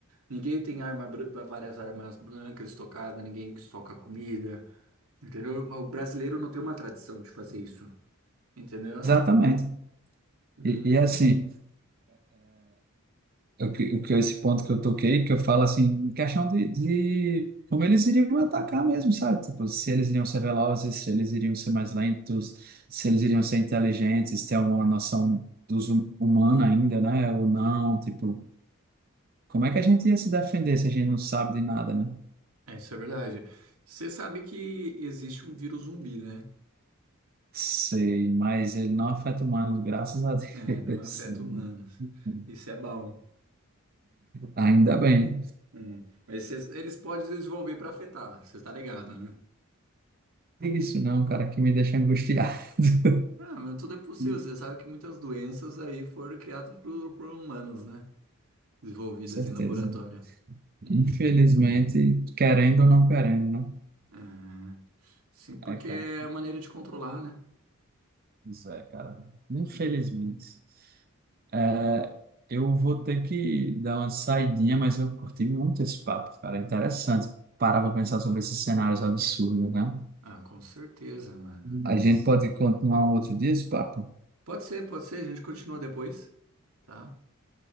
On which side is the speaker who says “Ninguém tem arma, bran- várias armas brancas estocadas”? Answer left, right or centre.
Right